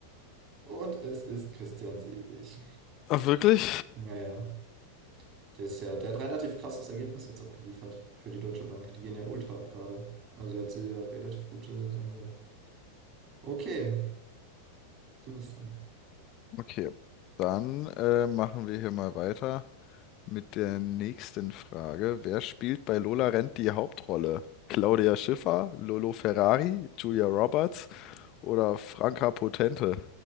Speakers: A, on the right; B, on the left.
A: Und es ist Christian Sewig.
B: Ach, wirklich?
A: Naja. Der ist ja, der hat relativ krasses Ergebnis jetzt abgeliefert für die Deutsche Bank. Die gehen ja ultra ab gerade. Also die hat sie ja relativ gut äh, saniert. Okay, du bist dran.
B: Okay. Dann äh, machen wir hier mal weiter mit der nächsten Frage. Wer spielt bei Lola Rent die Hauptrolle? Claudia Schiffer, Lolo Ferrari, Julia Roberts oder Franka Potente?